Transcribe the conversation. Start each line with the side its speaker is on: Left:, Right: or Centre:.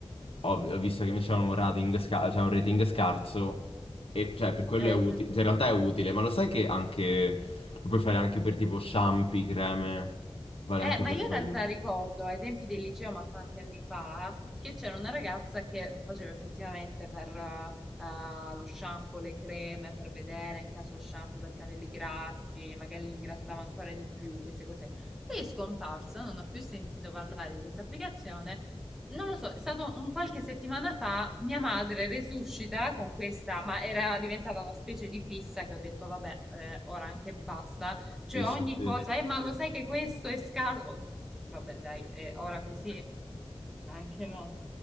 Left: ho, ho visto che invece avevano un rating, sca- cioè, un rating scarso, e cioè per quello
Centre: Eh,
Left: è utile,
Centre: sì.
Left: in realtà è utile, ma lo sai che anche, lo puoi fare anche per tipo shampoo, creme, vale
Centre: Eh,
Left: anche
Centre: ma
Left: per
Centre: io
Left: quello.
Centre: in realtà ricordo ai tempi del liceo, ma tanti anni fa, che c'era una ragazza che lo faceva effettivamente per eh, ah, lo shampoo, le creme, per vedere in caso shampoo per capelli grassi, magari li ingrassava ancora di più, queste cose. Poi è scomparsa, non ho più sentito parlare di questa applicazione. Non lo so, è stato un qualche settimana fa, mia madre resuscita con questa, ma era diventata una specie di fissa che ho detto, vabbè, eh, ora anche basta. Cioè
Left: Sì, sì,
Centre: ogni
Left: sì.
Centre: cosa, eh, ma lo sai che questo è scarso? Ho detto, Vabbè, dai, eh, ora così anche no.